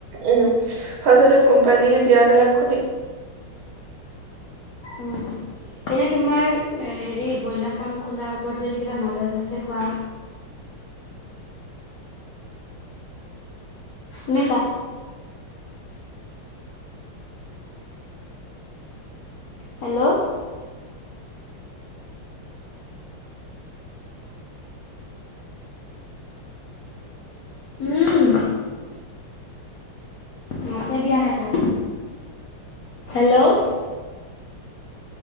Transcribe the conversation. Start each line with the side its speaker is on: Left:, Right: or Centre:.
Right: উম। ফাচতে কোম্পানীয়ে দিয়া ভেলাক খুলি
Left: উম এনে তোমাৰ হেৰি ব্ৰইলাৰ ফাৰ্ম খোলাৰ ওপৰত যদি কিবা নলেজ আছে কোৱা। এনেকোৱা। হেল্ল'। উম। মাতে দিয়া নাই তাই। হেল্ল'।